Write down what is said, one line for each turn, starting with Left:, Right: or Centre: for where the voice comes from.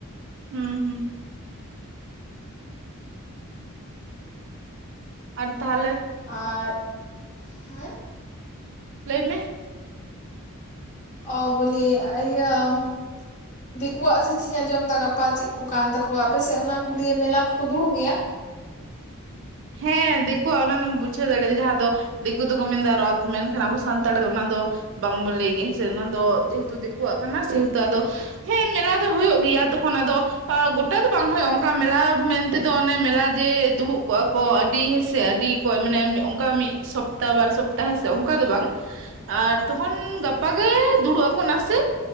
Right: ᱦᱩᱸ ᱦᱩᱸ ᱟᱨ ᱛᱟᱦᱚᱞᱮ
Left: ᱟᱨ ᱦᱮᱸ
Right: ᱞᱟᱹᱭ ᱢᱮ?
Left: ᱚ ᱵᱚᱞᱤ ᱟᱹᱭᱟᱢ ᱫᱤᱠᱩᱣᱟᱜ ᱥᱮ ᱪᱮᱜᱼᱤᱧ ᱟᱸᱡᱚᱢ ᱮᱫᱟ ᱜᱟᱯᱟ ᱪᱮᱫ ᱠᱚ ᱠᱟᱱ ᱛᱟᱠᱚᱣᱟ ᱟᱯᱮᱥᱮᱫ ᱚᱱᱟ ᱠᱩᱞᱤᱭᱮ ᱢᱮᱞᱟ ᱠᱚᱠᱚ ᱫᱩᱲᱩᱵ ᱜᱮᱭᱟ?
Right: ᱦᱮᱸ ᱫᱤᱠᱩᱣᱟᱜ ᱚᱱᱟ ᱢᱟᱢ ᱵᱩᱡᱷᱟᱹᱣ ᱫᱟᱲᱮᱭᱟᱜ ᱡᱟᱦᱟᱸ ᱫᱚ ᱫᱤᱠᱩ ᱫᱚᱠᱚ ᱢᱮᱱᱫᱟ ᱨᱚᱛᱷ ᱢᱮᱱᱠᱷᱟᱱ ᱟᱵᱚ ᱥᱟᱱᱛᱟᱲ ᱫᱚ ᱚᱱᱟ ᱫᱚ ᱵᱟᱝᱵᱚ ᱞᱟᱹᱭ ᱜᱮᱭᱟ ᱦᱮᱸ ᱥᱮ ᱚᱱᱟ ᱫᱚ ᱡᱮᱦᱮᱛᱩ ᱫᱤᱠᱩᱣᱟᱜ ᱠᱟᱱᱟ ᱥᱮᱦᱮᱛᱩ ᱟᱫᱚ ᱦᱮᱸ ᱢᱮᱞᱟ ᱫᱚ ᱦᱩᱭᱩᱜ ᱜᱮᱭᱟ ᱛᱚᱠᱷᱚᱱ ᱟᱫᱚ ᱚ ᱜᱚᱴᱟ ᱫᱚ ᱵᱟᱝ ᱦᱩᱭᱩᱜᱼᱟ ᱚᱱᱠᱟ ᱢᱮᱞᱟ ᱢᱮᱱᱛᱮᱫᱚ ᱚᱱᱮ ᱢᱮᱞᱟ ᱡᱮ ᱫᱩᱲᱩᱵ ᱠᱚᱜᱼᱟ ᱠᱚ ᱟᱹᱰᱤ ᱦᱮᱸᱥᱮ ᱟᱹᱰᱤ ᱠᱚ ᱢᱟᱱᱮ ᱮᱢᱱᱤ ᱚᱱᱠᱟ ᱢᱤᱫ ᱥᱚᱯᱛᱟ ᱵᱟᱨ ᱥᱚᱯᱛᱟ ᱦᱮᱸᱥᱮ ᱚᱱᱠᱟ ᱫᱚ ᱵᱟᱝ, ᱟᱨ ᱛᱚᱠᱷᱚᱱ ᱜᱟᱯᱟ ᱜᱮ ᱫᱩᱲᱩᱜ ᱟᱠᱚ ᱱᱟᱥᱮ